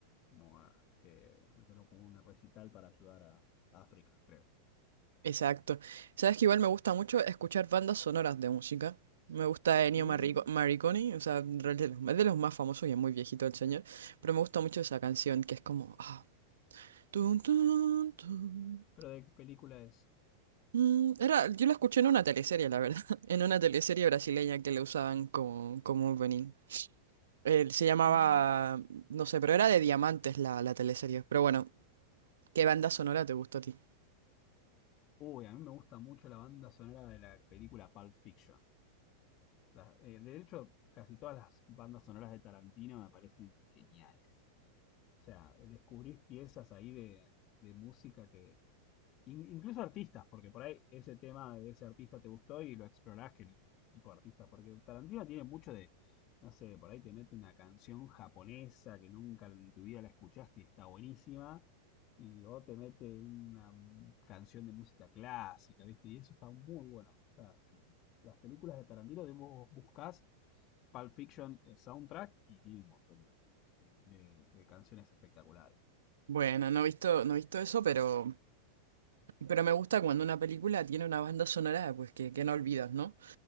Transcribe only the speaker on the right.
Exacto. Sabes que igual me gusta mucho escuchar bandas sonoras de música. Me gusta Ennio
Marrico- Morricone, o sea, en realidad es de los, es de los más famosos y es muy viejito el señor, pero me gusta mucho esa canción que es como... ah, tun, tun, tun.
Mm, Era, yo la escuché en una teleserie, la verdad, <laughs> en una teleserie brasileña que le usaban como, como opening. Él se llamaba,
no sé, pero era de Diamantes la, la teleserie. Pero bueno, ¿qué banda sonora te gustó a ti?
Bueno, no he visto, no he visto eso, pero, pero me gusta cuando una película tiene una banda sonora, pues que, que no olvidas, ¿no?